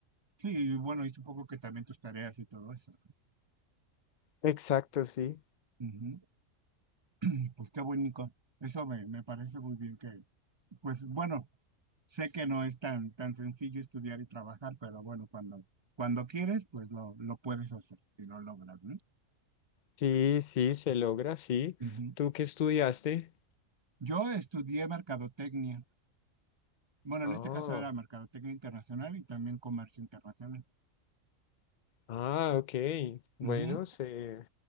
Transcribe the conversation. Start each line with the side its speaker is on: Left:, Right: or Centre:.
Right: Sí, y bueno, y supongo que también tus tareas y todo eso.
Left: Exacto, sí.
Right: Ujú. Y Pues qué bonito. Eso me, me parece muy bien que, pues bueno, sé que no es tan, tan sencillo estudiar y trabajar, pero bueno, cuando, cuando quieres, pues lo, lo puedes hacer y lo logras, ¿no?
Left: Sí, sí, se logra, sí.
Right: Ujú.
Left: ¿Tú qué estudiaste?
Right: Yo estudié mercadotecnia Bueno,
Left: Ah,
Right: en este caso era mercadotecnia internacional y también comercio internacional.
Left: ah, ok. Bueno,
Right: Ujú.
Left: se